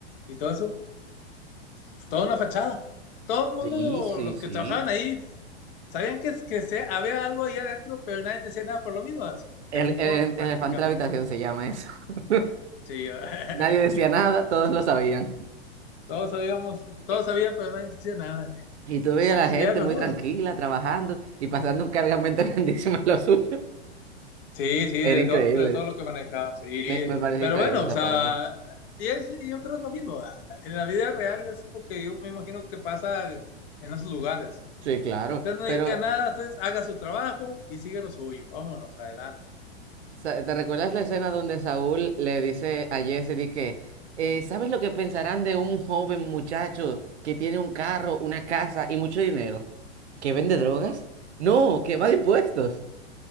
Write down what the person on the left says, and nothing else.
y todo eso, Pues, toda una fachada. Todo el mundo,
los
que trabajaban ahí, sabían que, que se, había algo ahí adentro, pero nadie decía nada por lo mismo,
¿qué me importa
prácticamente?
¿no?
Sí, <laughs>
todos sabíamos, todos
sabían, pero nadie decía nada.
Y sí,
sí,
era mejor.
Sí, sí,
de
todo, de todo lo que manejaba, sí.
Pero
bueno,
o sea,
y es, y yo creo es lo mismo. ¿verdad? En la vida real es lo que yo me imagino que pasa en esos lugares.
Usted no
diga nada, entonces haga su trabajo y siga lo suyo. Vámonos, adelante.